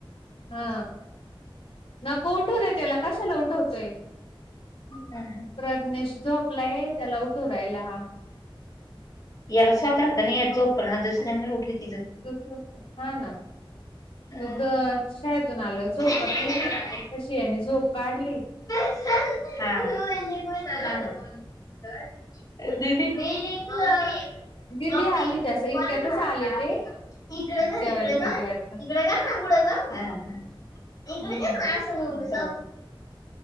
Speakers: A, on the left; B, on the left.
A: हा नको उठूवू रे त्याला कशाला उठवतोय.
B: हा
A: प्रज्ञेश. झोपलाय त्याला उठू राहिला हा
B: याला सात नंतर याय झोपणा दुसऱ्यांना उठीवते
A: तसं असतं हा ना.
B: अ
A: <unintelligible> शाळेतून आल्यावर झोपत
B: हा
A: नाही ना कशी ह्याने झोप काढली
B: हां.
A: हा
B: दीदी. हम्.
A: दिदी आली त्यास इतक्यातच आले ते
B: हं
A: जेवायला गेली वाटत
B: हं.
A: हम्म